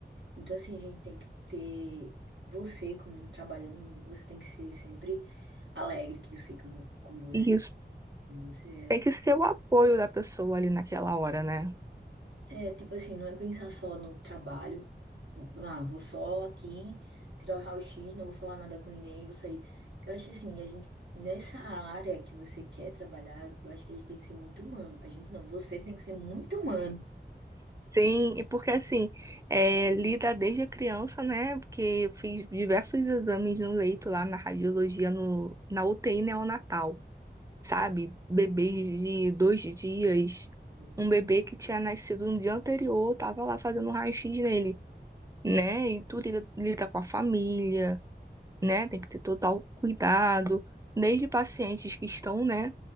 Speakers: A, on the right; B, on the right.
A: Então, assim, a gente tem que ter você como trabalhando, você tem que ser sempre alegre, que eu sei como, como você,
B: isso.
A: é, como você
B: Tem que ser o apoio da pessoa ali naquela hora, né?
A: é. É, tipo assim, não é pensar só no trabalho. Ah, vou só aqui tirar o raio-x, não vou falar nada com ninguém, vou sair. Eu acho assim, a gente, nessa área que você quer trabalhar, eu acho que a gente tem que ser muito humano. A gente não, você tem que ser muito humano.
B: Sim, e porque assim, é, lida desde a criança, né? Porque eu fiz diversos exames no leito lá na radiologia, no, na UTI neonatal, sabe?
A: Uhum,
B: Bebês de dois dias,
A: uhum.
B: um bebê que tinha nascido no dia anterior, tava lá fazendo um raio-x nele, né? E tu lida, lida com a família né? Tem que ter total cuidado, desde pacientes que estão, né,